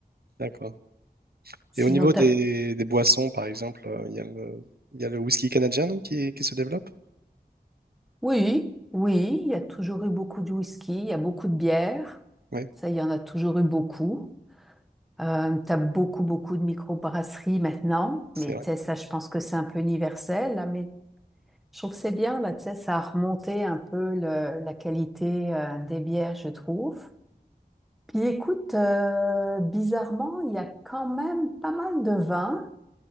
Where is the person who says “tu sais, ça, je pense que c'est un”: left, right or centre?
Centre